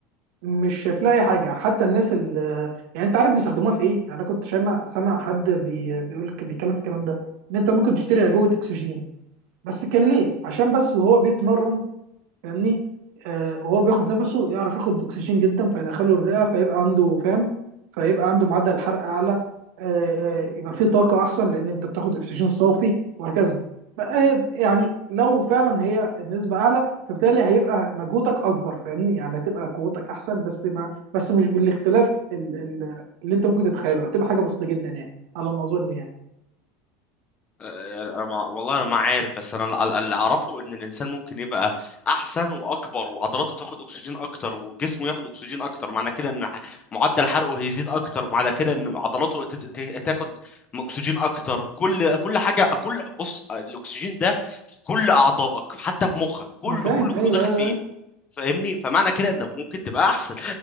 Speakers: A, on the right; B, on the left.
A: مش شايف لها اي حاجه حتى الناس ال... يعني انت عارف بيستخدموها في ايه يعني انا كنت سامع سامع حد بي... بيقول بيتكلم في الكلام ده ان انت ممكن تشتري عبوه اكسجين بس كان ليه عشان بس وهو بيتمرن فاهمني آه وهو بياخد نفسه يعرف ياخد اكسجين جدا فيدخله الرئه فيبقى عنده فاهم فيبقى عنده معدل حرق اعلى آه آه يبقى فيه طاقه احسن لان انت بتاخد اكسجين صافي وهكذا بقى يعني لو فعلا هي النسبه اعلى فبالتالي هيبقى مجهودك اكبر فاهمني يعني هتبقى قوتك احسن بس ما بس مش بالاختلاف ال- ال- اللي انت ممكن تتخيله هتبقى حاجه بسيطه جدا يعني على ما اظن يعني
B: يعني أنا ما والله انا ما عارف بس انا ال- ال- اللي اعرفه ان الانسان ممكن يبقى احسن واكبر وعضلاته تاخد اكسجين اكتر وجسمه ياخد اكسجين اكتر معنى كده ان ح- معدل حرقه هيزيد اكتر معنى كده ان عضلاته تت- ت- تاخد اكسجين اكتر كل كل حاجه كل بص الاكسجين ده في كل اعضائك حتى في مخك كله
A: انا فاهم
B: كله
A: ايوه
B: كله داخل
A: ايوه
B: فيه
A: ايوه
B: فاهمني فمعنى كده انك ممكن تبقى احسن